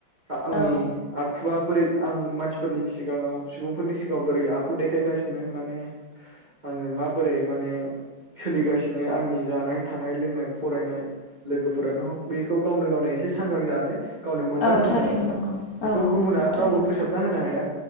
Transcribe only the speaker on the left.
औ
औ थारैनो
नंगौ
औ औ
नंगौ थारैनो